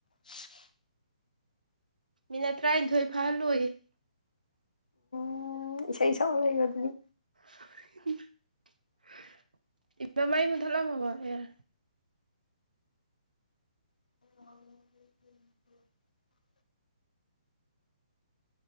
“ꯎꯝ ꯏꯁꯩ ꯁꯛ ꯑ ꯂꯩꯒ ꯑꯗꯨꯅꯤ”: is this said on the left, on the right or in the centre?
Left